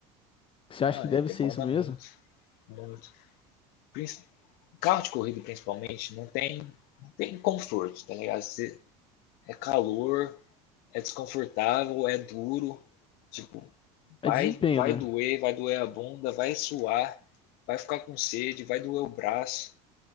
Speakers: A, on the left; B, on the left.
A: Você acha
B: Não,
A: que
B: é,
A: deve
B: demanda
A: ser isso mesmo?
B: muito. Muito. Princi- Carro de corrida, principalmente, não tem, não tem conforto, tá ligado? Você- é calor, é desconfortável, é duro. Tipo,
A: É
B: vai,
A: desempenho,
B: vai
A: né?
B: doer, vai doer a bunda, vai suar, vai ficar com sede, vai doer o braço.